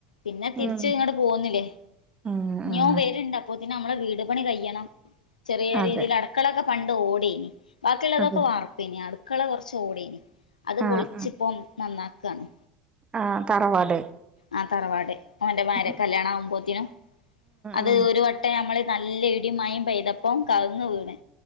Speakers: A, on the left; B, on the right.
A: പിന്നെ തിരിച്ച്
B: ഉം
A: ഇങ്ങട്ട് പോന്നില്ലേ.
B: ഉം
A: ഇനി
B: ഉം
A: ഓൻ വരണ്ട് അപ്പോത്തിന് നമ്മടെ വീട് പണി കയ്യണം ചെറിയ
B: അതെ
A: രീതിയിൽ. അടുക്കളൊക്കെ പണ്ട് ഓടെനി ബാക്കിള്ളതൊക്കെ
B: അതെ
A: വാർ പ്പെനി. അടുക്കള കൊറച്ച് ഓടെനി. അത്
B: ആഹ്
A: പൊളിച്ചിപ്പം
B: ആഹ്
A: നന്നാക്കാണ്
B: ആഹ് തറവാട്
A: ആഹ് തറവാട്. ഓന്റെമാരെ
B: ഉം
A: കല്യാണാവുമ്പോത്തിനും, അത്
B: ഉം
A: ഒരു വട്ടെ നമ്മള് നല്ല ഇടിം മഴിം പെയ്തപ്പം കവുങ്ങ് വീണ്.